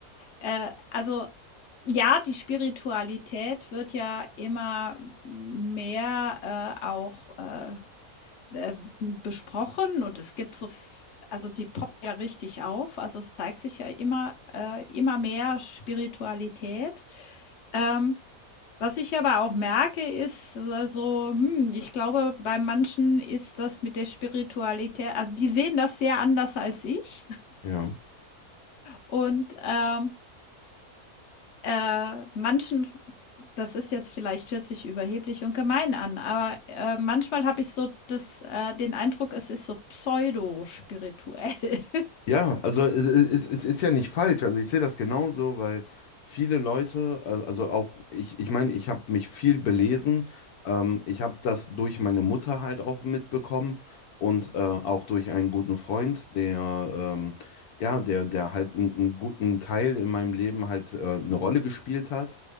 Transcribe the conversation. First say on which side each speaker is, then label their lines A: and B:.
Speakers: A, on the left (about 55°); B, on the left (about 80°).
A: äh, also ja, die Spiritualität wird ja immer mehr äh, auch äh, äh, besprochen und es gibt so f- also die poppt ja richtig auf. Also es zeigt sich ja immer, äh, immer mehr Spiritualität. Ähm, Was ich aber auch merke, ist äh, so, hm, ich glaube, bei manchen ist das mit der Spiritualität, also die sehen das sehr anders als ich.
B: Ja.
A: Und ähm, äh, manchen, das ist jetzt vielleicht hört sich überheblich und gemein an, aber äh, manchmal habe ich so das, äh, den Eindruck, es ist so pseudo-spirituell. <laughs>
B: Ja, also es, es, es ist ja nicht falsch. Also ich sehe das genauso, weil viele Leute, al- also auch ich, ich meine, ich habe mich viel belesen. Ähm, ich habe das durch meine Mutter halt auch mitbekommen und äh, auch durch einen guten Freund, der ähm, ja, der, der halt einen, einen guten Teil in meinem Leben halt äh, eine Rolle gespielt hat.